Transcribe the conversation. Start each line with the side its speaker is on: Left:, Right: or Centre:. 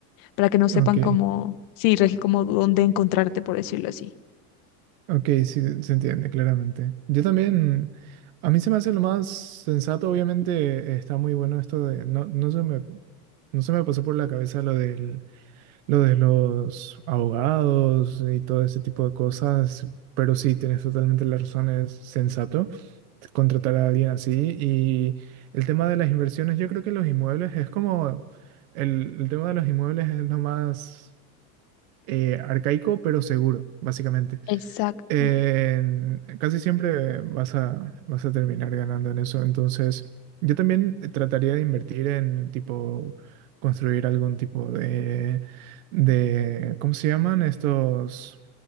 Left: para que no sepan
Right: Ujú. Ok,
Left: cómo sí, Regi, como dónde encontrarte por decirlo así.
Right: ok, sí, se entiende claramente. Yo también, a mí se me hace lo más sensato, obviamente eh, está muy bueno esto de, no, no se me, no se me pasó por la cabeza lo del Lo de los abogados y todo ese tipo de cosas, pero sí, tienes totalmente la razón, es sensato contratar a alguien así. Y el tema de las inversiones, yo creo que los inmuebles es como, el, el tema de los inmuebles es lo más eh, arcaico, pero seguro, básicamente
Left: Exacto.
Right: en- casi siempre vas a, vas a terminar ganando en eso. Entonces, yo también eh, trataría de invertir en tipo construir algún tipo de, de ¿cómo se llaman? Estos